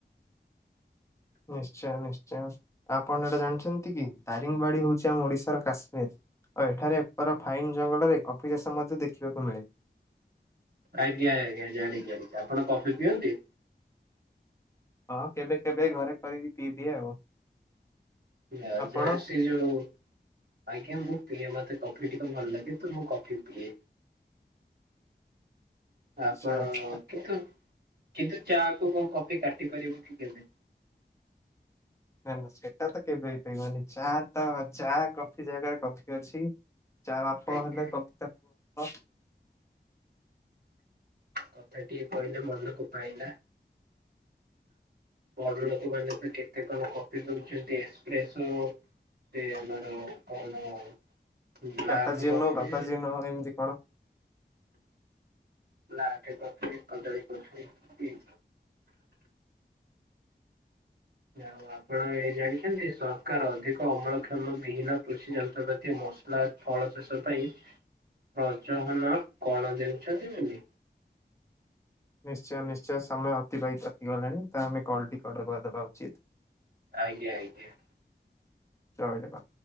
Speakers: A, on the left (about 15°); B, on the right (about 60°).
A: ନିଶ୍ଚୟ। ନିଶ୍ଚୟ। ଆପଣ ଏଇଟା ଜାଣିଛନ୍ତି କି ଦାରିଙ୍ଗିବାଡି ହଉଚି ଆମ ଓଡିଶାର କାଶ୍ମୀର। ଆଉ ଏଠାରେ ଏକର ଫାଇନ୍ ଜଙ୍ଗଲରେ କଫି ଚାଷ ମଧ୍ୟ ଦେଖିବାକୁ ମିଳେ।
B: ଆଜ୍ଞା ଆଜ୍ଞା। ଜାଣିଚି ଜାଣିଚି।
A: ହଁ କେବେ କେବେ ଘରେ କରି କି ପିଇଦିଏ ଆଉ।
B: ଜା
A: ଆପଣ?
B: ଜାଣେ ସେ ଯୋଉ। ଆଜ୍ଞା ମୁଁ ପିଏ। ମତେ କଫି ଟିକେ ଭଲ ଲାଗେ ତ, ମୁଁ କଫି ପିଏ।
A: <inaudible>
B: ଆପଣ
A: ଆଚ୍ଛା ଆଚ୍ଛା
B: କିନ୍ତୁ, କିନ୍ତୁ ଚା କୁ କଣ କଫି କାଟି ପାରିବ କି କେବେ?
A: ନା ନା ସେଟା ତ କେବେ ହେଇ ପାରବନି। ଚା, ତ ଚା କଫି ଜାଗାରେ କଫି ଅଛି। ଚା ବାପ
B: ଆଜ୍ଞା
A: ହେଲେ କଫି ତା ପୁଅ।
B: କଥା ଟିକେ କହିଲେ ମନକୁ ପାଇଲା। ବଡ ଲୋକ ମାନେ ତ କେତେ କଣ କଫି ପିଉଚନ୍ତି ଏସ୍ପ୍ରେସୁ। ସେ ଆମର କଣ ବ୍ଲାକ୍
A: ଚାପାଜିନୋ
B: କଫି।
A: ବାପାଜିନୋ ଏମିତି କଣ?
B: ବ୍ଲାକ୍ କଫି, କଦଳି କଫି ପି। ଆଉ ଆପଣ ଏ ଜାଣିଛନ୍ତି, ସରକାର ଅଧିକ ଅମଳ କ୍ଷମ ବିହୀନ କୃଷି ଯନ୍ତ୍ରପାତି। ଏ ମସଲା ଫଳ ଚାଷ ପାଇଁ ପ୍ରଜହନ କଣ ଦେଉଛନ୍ତି।
A: ନିଶ୍ଚୟ ନିଶ୍ଚୟ। ସମୟ ଅତିବାହିତ ହେଇଗଲାଣି ତ ଆମେ କଲ୍ଟି କଟ୍ କରିଦବା ଉଚିତ୍।
B: ଆଜ୍ଞା ଆଜ୍ଞା।
A: ଜୟ ଜଗ